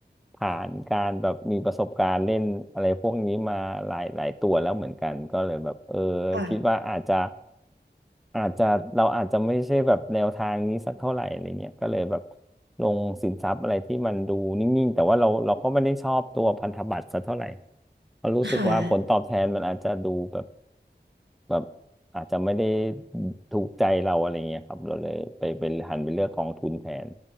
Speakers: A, in the centre; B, on the right.
A: ผ่านการแบบมีประสบการณ์เล่นอะไรพวกนี้มาหลายหลายตัวแล้วเหมือนกันก็เลยแบบเออ
B: ค่ะ
A: คิดว่าอาจจะอาจจะเราอาจจะไม่ใช่แบบแนวทางนี้สักเท่าไหร่อะไรเงี้ยก็เลยแบบลงสินทรัพย์อะไรที่มันดูนิ่งๆแต่ว่าเราเราก็ไม่ได้ชอบตัวพันธบัตรสักเท่าไหร่เพราะรู้สึกว่าผลตอบแทนมันอาจจะดูแบบ
B: ค่ะ
A: แบบอาจจะไม่ได้ถูกใจเราอะไรเงี้ยครับเราเลยไปไปหันไปเลือกกองทุนแทน